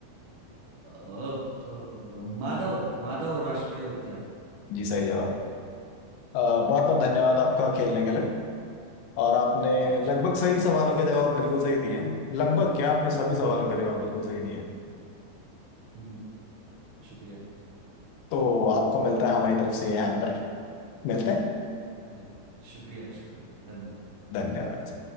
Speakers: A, on the right; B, on the left.
A: अ, अ, माधव माधव राष्ट्रीय उद्यान
B: जी सही जवाब बहुत बहुत
A: हाँ,
B: धन्यवाद आपका खेलने के लिए और आपने
A: शुक्रिया
B: लगभग
A: शुक्रिया
B: सही सवालों के जवाब बिल्कुल सही दिए हैं लगभग क्या आपने सभी
A: हम्म
B: सवालों के जवाब बिल्कुल सही दिए हैं
A: हम्म, हम्म, शुक्रिया
B: तो आपको मिलता है हमारी तरफ से ये हैम्पर मिलते हैं
A: अरे शुक्रिया शुक्रिया धन्यवाद
B: धन्यवाद